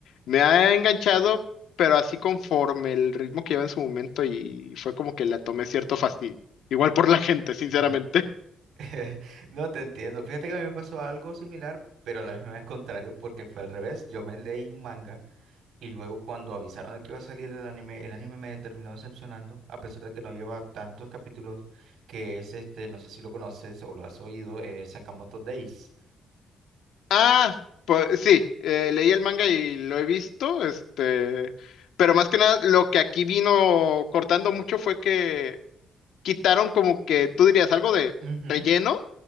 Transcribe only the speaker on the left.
me ha enganchado, pero así conforme el ritmo que lleva en su momento y fue como que la tomé cierto fastidio. Igual por la gente, sinceramente.
Ah, pues sí, eh, leí el manga y lo he visto, este, pero más que nada lo que aquí vino cortando mucho fue que quitaron como que tú dirías algo de
relleno,